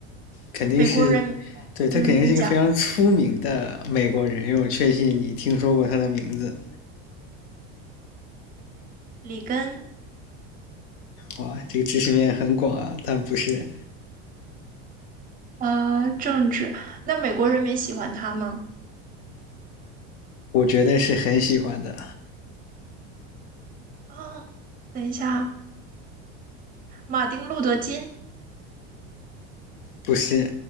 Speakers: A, on the left; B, on the right.
A: 肯定是，
B: 美国人
A: 对他肯定是一个非常出名的美国人，
B: 嗯，你讲
A: 因为我确信你听说过他的名字。
B: 里根
A: 哇，这个知识面很广啊，但不是，
B: 啊，呃，政治，那美国人民喜欢他吗？
A: 我觉得是很喜欢的，
B: 哦，等一下啊，马丁·路德·金，
A: 不是，